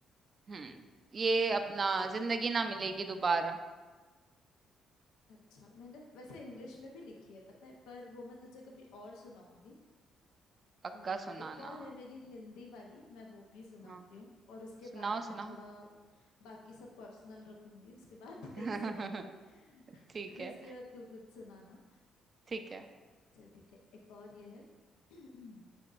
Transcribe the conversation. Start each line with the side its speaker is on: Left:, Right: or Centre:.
Right: हम्म ये अपना जिंदगी ना मिलेगी दोबारा
Left: अच्छा मैंने वैसे इंग्लिश में भी लिखी है पता है पर वो मैं तुझे कभी और सुनाऊंगी
Right: पक्का
Left: अ,
Right: सुनाना
Left: एक और है मेरी हिंदी वाली मैं वो भी सुनाती
Right: हाँ
Left: हूँ और उसके
Right: सुनाओ
Left: बाद मैं
Right: सुनाओ
Left: थोड़ा बाकी सब पर्सनल रखूंगी उसके बाद <laughs> नहीं
Right: <laughs>
Left: सुनाऊंगी
Right: ठीक
Left: <laughs>
Right: है
Left: उसके बाद तू कुछ सुनाना
Right: ठीक है
Left: चल ठीक है एक और ये है <clears throat>